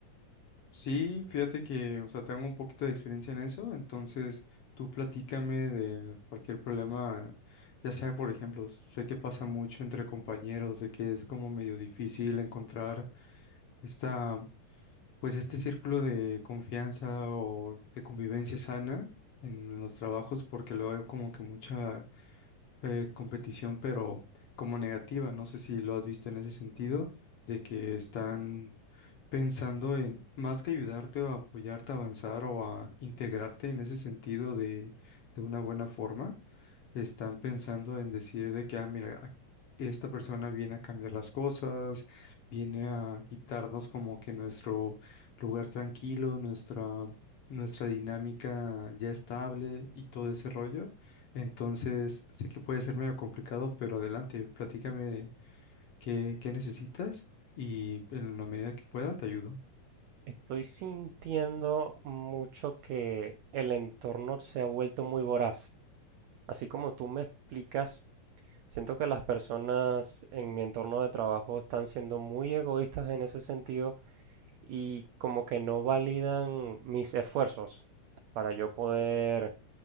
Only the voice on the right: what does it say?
Estoy sintiendo mucho que el entorno se ha vuelto muy voraz. Así como tú me explicas, siento que las personas en mi entorno de trabajo están siendo muy egoístas en ese sentido y como que no validan mis esfuerzos para yo poder